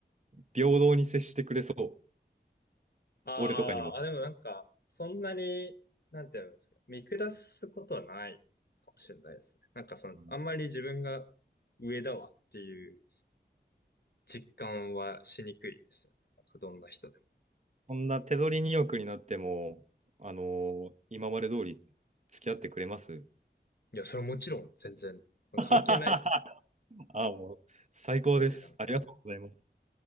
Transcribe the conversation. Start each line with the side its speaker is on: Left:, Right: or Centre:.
Right: 平等に接してくれそう。
Left: ああ、
Right: 俺とかにも。
Left: あ、でもなんか、そんなに、なんていうんですか、見下すことはないかもしれないですね。なんかその、
Right: うん
Left: あんまり自分が上だわっていう実感はしにくいですよね。なんかどんな人でも。
Right: そんな手取りによくになっても、あのー今まで通り付き合ってくれます
Left: いや、それはもちろん全然関係ないですよ。
Right: <laughs> ああ、もう最高です。
Left: 手取りなんか。
Right: ありがとうございます。